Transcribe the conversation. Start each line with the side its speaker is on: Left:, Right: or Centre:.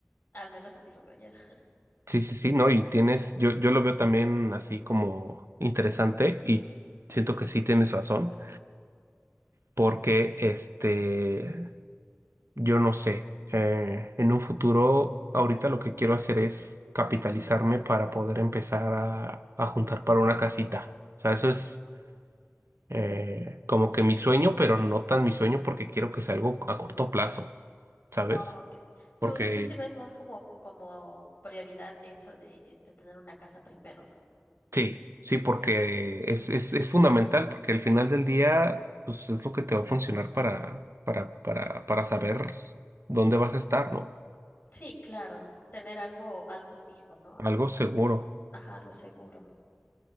Left: Al menos así lo veo yo. <laughs>
Right: Sí, sí, sí, no, y tienes, yo, yo lo veo también así como interesante y siento que sí tienes razón, porque este, yo no sé, eh, en un futuro, ahorita lo que quiero hacer es capitalizarme para poder empezar a, a juntar para una casita. O sea, eso es eh, como que mi sueño, pero no tan mi sueño porque quiero que sea algo a corto plazo, ¿sabes?
Left: Ah, ok.
Right: Porque
Left: Tú, tú sí ves más como, como prioridad eso de, de tener una casa primero, ¿no?
Right: Sí, sí, porque es, es, es fundamental, porque al final del día, pues es lo que te va a funcionar para, para, para, para saber dónde vas a estar, ¿no?
Left: Sí, claro. Tener algo, algo fijo, ¿no? Algo,
Right: Algo seguro.
Left: ajá, algo seguro.